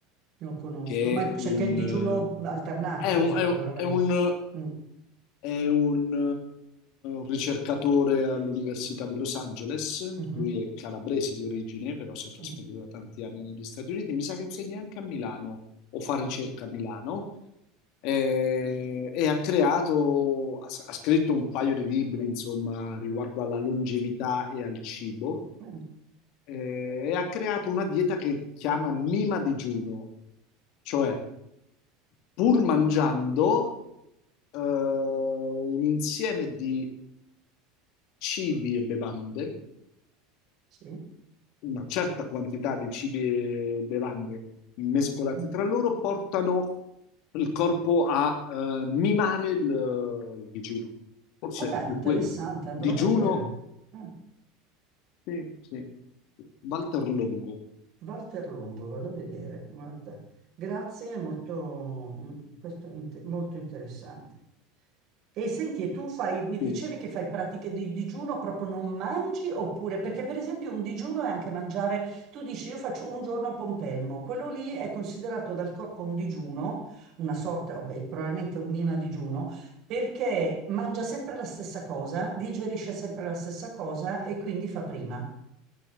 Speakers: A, on the right; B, on the left.
A: lo conosco,
B: che
A: ma c'è
B: è un,
A: che il digiuno
B: eh,
A: alternato,
B: è un,
A: cos'è
B: è
A: quella
B: un-
A: roba
B: è
A: lì?
B: un
A: Mm,
B: È un eh, ricercatore all'Università di Los Angeles,
A: mhm,
B: lui è calabrese di origine, però si è trasferito
A: mm,
B: da tanti anni negli Stati Uniti, mi sa che insegna anche a Milano o fa ricerca a Milano eh, e ha creato, ha, ha scritto un paio di libri, insomma, riguardo alla longevità e al cibo
A: eh,
B: eh, e ha creato una dieta che chiama Mima digiuno, cioè pur mangiando eh, un insieme di cibi e bevande,
A: sì.
B: una certa quantità di cibi e bevande mescolati
A: Mm.
B: tra loro, portano il corpo a eh, mimare il, il digiuno. Forse
A: Ma dai,
B: è più
A: interessante,
B: quello. che-
A: andrò
B: Digiuno,
A: a vedere. Ah,
B: sì, sì. Walter Longo.
A: Walter Longo, vado a vedere, guarda. Grazie, è molto, mm, questo è inte- molto interessante. E senti, e tu fai, mi dicevi
B: sì.
A: che fai pratiche di digiuno, proprio non mangi oppure, perché per esempio un digiuno è anche mangiare, tu dici io faccio un giorno a pompelmo, quello lì è considerato dal corpo un digiuno, una sorta, vabbè, probabilmente un mima digiuno, perché mangia sempre la stessa cosa, digerisce sempre la stessa cosa e quindi fa prima,